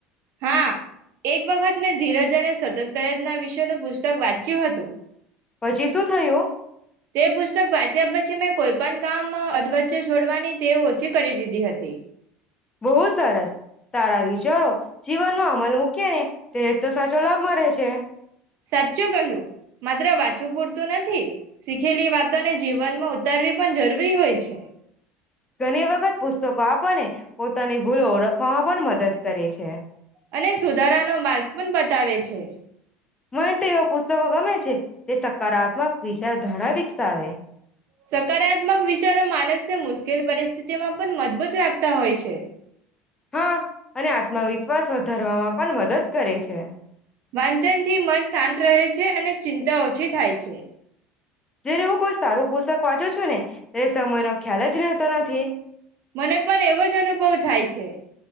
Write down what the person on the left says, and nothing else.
પછી શું <inaudible>
બહું સરસ તારા વિચારો જીવનમાં અમૂલ મૂકીએ ને ત્યારે તો સાચો લાભ મળે છે.
ઘણી વખત પુસ્તકો આપવાને પોતાની ભૂલો ઓળખવામાં પણ મદદ કરે છે.
મને એવા પુસ્તકો ગમે છે, તે સકારાત્મક વિચારધારા વિકસાવે.
હા, અને આત્મવિશ્વાસ વધારવામાં પણ મદદ કરે છે.
જ્યારે હું કોઈ સારું પુસ્તક વાંચું છું, ને ત્યારે સમયનો ખ્યાલ જ રહેતો નથી.